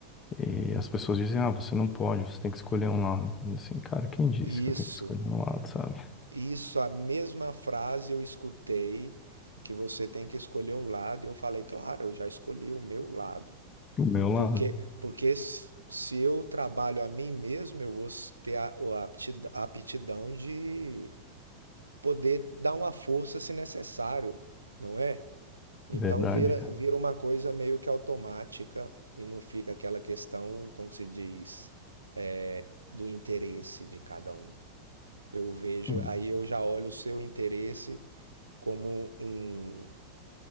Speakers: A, on the left; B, on the right.
A: E as pessoas dizem, ah, você não pode, você tem que escolher um lado. Assim, cara, quem disse
B: E
A: que
B: isso.
A: eu tenho que escolher um lado, sabe?
B: Isso, a mesma frase eu escutei que você tem que escolher um lado, e eu falei, claro, eu já escolhi o meu lado.
A: O meu lado.
B: Porque, porque se se eu trabalho a mim mesmo, eu vou ter a, o apti- a aptidão de poder dar uma força se necessário, não é? Então
A: Verdade,
B: vira,
A: cara.
B: vira uma coisa meio que automática e não fica aquela questão, como se diz, é, do interesse de cada um. Eu vejo,
A: Hum,
B: aí eu já olho o seu interesse como um,